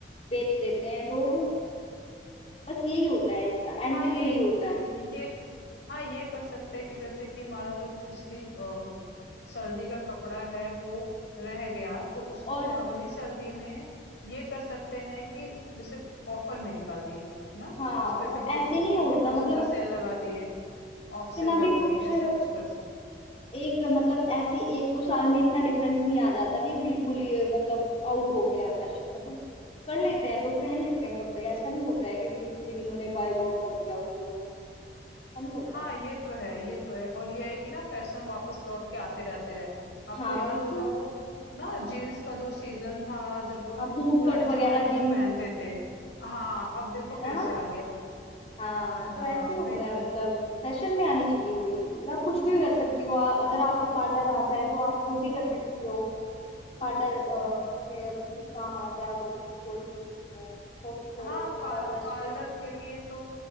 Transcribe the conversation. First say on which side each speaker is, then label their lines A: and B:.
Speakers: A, on the left; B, on the left.
A: बेच देते हैं लोग बस यही होता है इसका एंड
B: हाँ
A: तो
B: ये
A: यही होता है
B: ये ये- हाँ ये कर सकते हैं कि जैसे कि हमारा जो पिछली अ, सर्दी का कपड़ा है वो रह गया तो उसको
A: और
B: हम अगली सर्दी में ये कर सकते हैं कि जैसे ऑफर में निकाल दिए ना
A: हाँ
B: उस
A: और
B: पे फिफ्टी
A: ऐसे
B: फिफ्टी
A: नहीं होता
B: परसेंट
A: मतलब
B: का सेल लगा दिए ऑफ
A: इतना
B: सेल लगा
A: भी कुछ
B: दिए ऐसे कुछ कर
A: एक मतलब ऐसे एक दो साल में इतना डिफरेंस नहीं आ जाता कि ये बिल्कुल ही मतलब आउट हो गया है फैशन मतलब कर लेते हैं लोग पहन लेते हैं कपड़े ऐसा नहीं होता है कि बिल्कुल ही उन्होंने बायकॉट कर दिया उसको ऐसा नहीं होगा
B: हाँ ये तो है ये तो है और ये है कि ना फैशन वापस लौट के आते रहते रहे आपको
A: हाँ
B: याद
A: बिल्कुल
B: होगा वो ना जीन्स का जो सीजन था जब
A: हाँ बूट
B: पुराने
A: कट वगैरह
B: जमाने के जो
A: जींस
B: पहनते थे हाँ अब देखो
A: है ना
B: फिर से आ गया वो
A: हाँ तो
B: हाँ
A: ऐसे ही होता
B: वही
A: है
B: तो
A: मतलब फैशन में आनी चाहिए कोई भी चीज आप कुछ भी कर सकती हो आ, अगर आपको पार्लर आता है तो आप वो भी कर सकती हो पार्लर से अगर कुछ काम आता है आप वो भी खोल सकती हो कॉफी शॉप
B: हाँ
A: मतलब
B: पा,
A: रेस्टोरेंट
B: पार्लर के लिए तो